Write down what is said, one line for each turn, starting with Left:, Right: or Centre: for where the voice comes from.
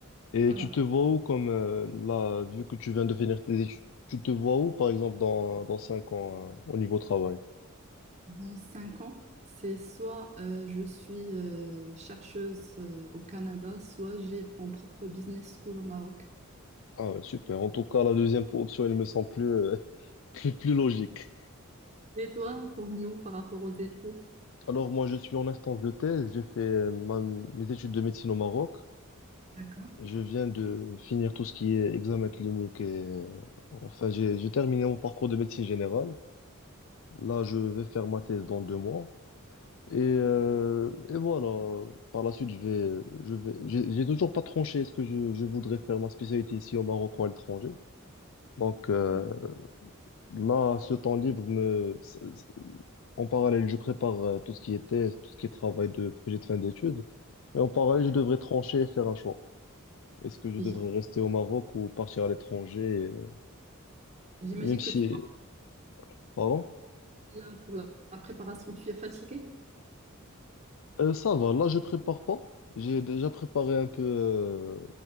Left: Et
Right: Voilà.
Left: tu te vois où comme, euh, là, vu que tu viens de finir tes études, tu te vois où, par exemple, dans, dans cinq ans, euh, au niveau travail?
Right: Dans cinq ans, c'est soit euh, je suis euh, chercheuse euh, au Canada, soit j'ai mon propre business school au Maroc.
Left: Ah ouais, super. En tout cas, la deuxième option, elle me semble plus, euh, <laughs> plus, plus logique.
Right: Et toi, t'en es où par rapport aux études?
Left: Alors, moi, je suis en instance de thèse. J'ai fait euh, ma- mes études de médecine au Maroc.
Right: D'accord,
Left: Je viens de finir tout ce qui est examen clinique et, euh, enfin, j'ai, j'ai terminé mon parcours de médecine générale. Là, je vais faire ma thèse dans deux mois. Et, euh, et voilà, par la suite, je vais, je vais, j'ai j'ai toujours pas tranché est-ce que je, je voudrais faire ma spécialité ici au Maroc ou à l'étranger. Donc euh,
Right: d'accord.
Left: là, ce temps libre me, c- c- en parallèle, je prépare euh, tout ce qui est thèse, tout ce qui est travail de projet de fin d'études. Et en parallèle,
Right: Ouais.
Left: je devrais trancher et faire un choix. Est-ce que je
Right: Et
Left: devrais
Right: j'im-
Left: rester au Maroc ou partir à l'étranger, euh,
Right: J'imagine
Left: même si,
Right: que tu
Left: pardon?
Right: es là pour la la préparation, tu es fatiguée?
Left: Euh, ça va, là je prépare pas. J'ai déjà préparé un peu euh,